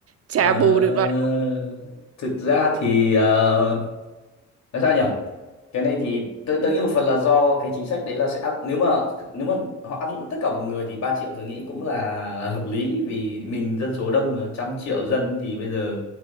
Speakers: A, on the right; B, on the left.
A: chả
B: Ờ,
A: bù được rồi
B: thực ra thì ờ, nói sao nhỉ? cái này thì tôi, tôi nghĩ một phần là do cái chính sách đấy là sẽ áp nếu mà nếu mà họ áp dụng tất cả mọi người thì 3 triệu tôi nghĩ cũng là là hợp lý vì mình dân số đông mà trăm triệu dân thì bây giờ